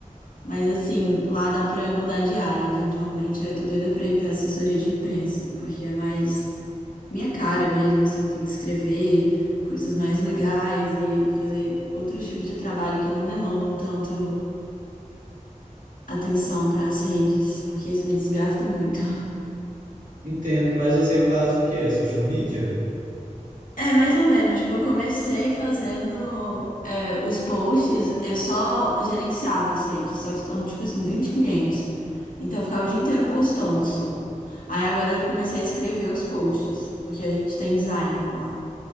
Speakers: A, on the left (about 80°); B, on the right (about 70°).
A: Mas assim, lá dá pra eu mudar de área, eventualmente. Aí Eu tô doida pra ir pra assessoria de imprensa, porque é mais minha cara mesmo, assim, tem que escrever coisas mais legais e fazer outros tipos de trabalho que não demandam tanto atenção pras redes, porque isso me desgasta muito.
B: Entendo, mas você faz o quê? É social media?
A: É, mais ou menos. Tipo, eu comecei fazendo é, os posts, eu só gerenciava as redes, só que estão, tipo assim, 20 clientes. Então, eu ficava o dia inteiro postando só. Aí agora eu comecei a escrever os posts, porque a gente tem design lá.